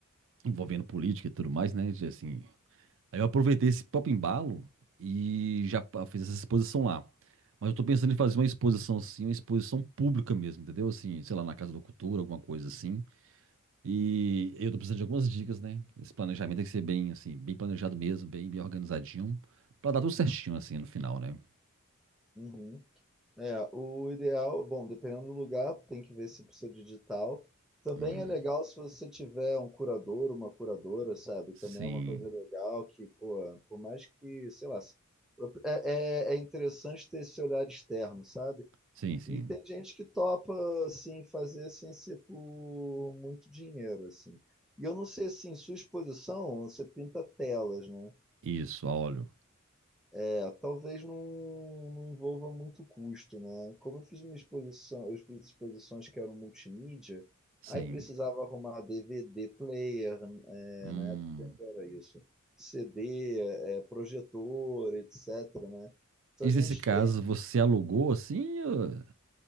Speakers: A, on the right (about 65°); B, in the centre.
A: envolvendo política e tudo mais, né? de, Assim. Aí eu aproveitei esse próprio embalo e já pa- fiz essa exposição lá. Mas eu tô pensando em fazer uma exposição, assim, uma exposição pública mesmo, entendeu? Assim, sei lá, na Casa da Cultura, alguma coisa assim. E eu tô precisando de algumas dicas, né? Esse planejamento tem que ser bem, assim, bem planejado mesmo, bem, bem organizadinho, pra dar tudo certinho, assim, no final, né?
B: Uhum. É, o ideal, bom, dependendo do lugar, tem que ver se precisa de digital Também
A: Hum,
B: é legal se você tiver um curador, uma curadora, sabe?
A: sim,
B: Também é uma coisa legal que, pô, por mais que, sei lá, se- é, é é interessante ter esse olhar externo, sabe?
A: sim, sim.
B: E tem gente que topa, assim, fazer sem ser por muito dinheiro, assim. E eu não sei, assim, sua exposição, você pinta telas, né?
A: Isso, a óleo.
B: É, talvez não, não envolva muito custo, né? Como eu fiz uma exposição, eu fiz exposições que eram multimídia,
A: Sim.
B: aí precisava arrumar DVD player, é,
A: Hum.
B: na época ainda era isso, CD, é, projetor, etc, né? Então
A: E
B: a gente
A: nesse caso,
B: fez...
A: você alugou assim ou